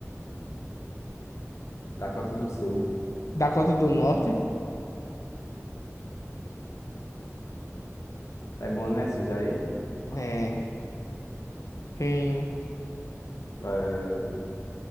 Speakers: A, on the left; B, on the left.
A: Dakota do Sul.
B: Dakota do Norte.
A: É bom, né, esse Jair?
B: É. Quem.
A: É...